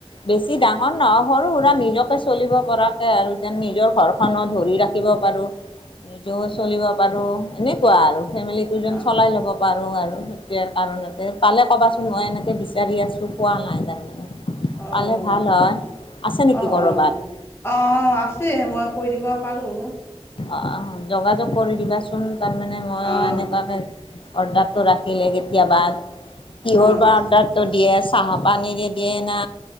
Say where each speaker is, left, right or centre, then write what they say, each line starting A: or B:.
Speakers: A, on the left; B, on the left.
A: বেছি ডাঙৰ নহও সৰু সুৰা নিজকে চলিব পৰাকে আৰু যেন নিজৰ ঘৰখনো ধৰি ৰাখ থ প নিজেও চলিব পাৰো এনেকুৱা আৰু ফেমিলিজন
B: অ',
A: চলাই ল'ব প পাৰো আৰু তেতিয়াৰ কাৰণতে কালে ক'বাচোন মই এনেকে গি আছো পোৱা নাই তাৰ
B: অ',
A: পালে ভাল হয় আছে নেকি
B: অ',
A: কৰ'ৰবাত?
B: অ'। অ' আছে মই কৰি দিব পাৰোঁ
A: অ' যোগাযোগ কৰি দিবাচোন তাৰমানানে মইো
B: অ',
A: এনেকুৱাকে অৰ্ডাৰটো ৰাখিলে কেতিয়াবা কিহৰ
B: অ'।
A: বা অৰ্ডাৰটো দিয়ে চাহ পানীৰে দিয়ে না